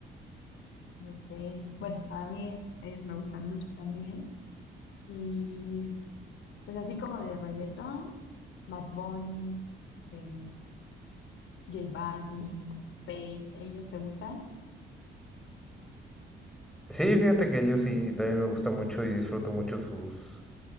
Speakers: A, on the left (about 80°); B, in the centre.
A: ok. Bueno, a mí ellos me gustan mucho también. Y pues así como de reggaetón, Bad Bunny, eh, J Balvin, Feid, ¿ellos te gustan?
B: Sí, fíjate que yo sí también me gusta mucho y disfruto mucho sus,